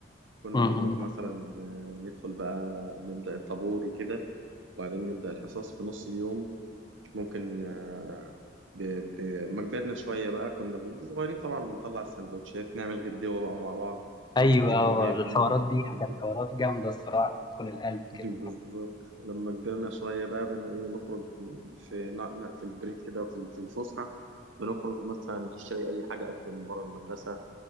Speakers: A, on the right; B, on the left.
A: كنا
B: مهم.
A: بنروح مثلا آه، ندخل بقى نبدأ الطابور وكده وبعدين نبدأ الحصص في نص اليوم ممكن آه، ب... ب... ما كبرنا شوية بقى كنا بن- صغيرين طبعا بنطلع السندوتشات نعمل غدوة بقى مع بعض كل
B: أيوه
A: واحد يجيب هو جايب
B: الحوارات
A: ايه يعني.
B: دي كانت حوارات جامدة الصراحة تدخل
A: <laughs>
B: القلب
A: بالظبط
B: كده
A: لما كبرنا شوية بقى بنا ايه نخرج في ن- ن- في البريك كده في في الفسحة بنخرج مثلا نشتري أي حاجة أكل من بره المدرسة